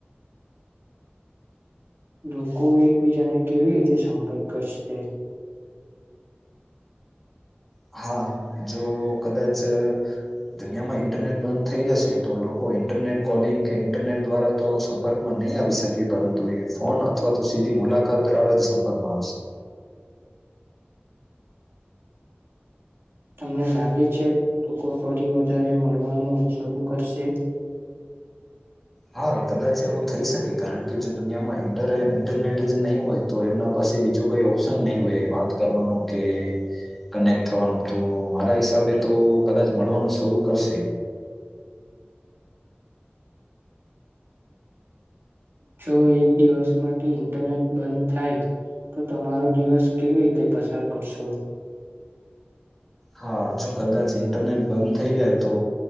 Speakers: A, on the right (about 70°); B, in the centre.
A: લોકો એકબીજાને કેવી રીતે સંપર્ક કરશે
B: હા જો કદાચ દુનિયામાં ઇન્ટરનેટ બંધ થઈ જશે તો લોકો ઇન્ટરનેટ કોલિંગ કે ઇન્ટરનેટ દ્વારા તો સંપર્કમાં નહી આવી શકે પરંતુ એ ફોન અથવા તો સીધી મુલાકાત દરાવા જ સંપર્કમાં આવશે
A: તમને લાગે છે લોકો ફરી વધારે મળવાનું શરૂ કરશે
B: હા કદાચ એવું થઈ શકે કારણ કે જો દુનિયામાં ઇન્ટરનેટ જ નહીં હોય તો એમના પાસે બીજું કઈ ઓપ્શન નહીં હોય વાત કરવાનું કે કનેક્ટ થવાનું તો મારા હિસાબે તો કદાચ મળવાનું શરૂ કરશે
A: જો એક દિવસ માટે ઇન્ટરનેટ બંધ થાય તો તમારો દિવસ કેવી રીતે પસાર કરશો
B: હા જો કદાચ ઇન્ટરનેટ બંધ થઈ જાય તો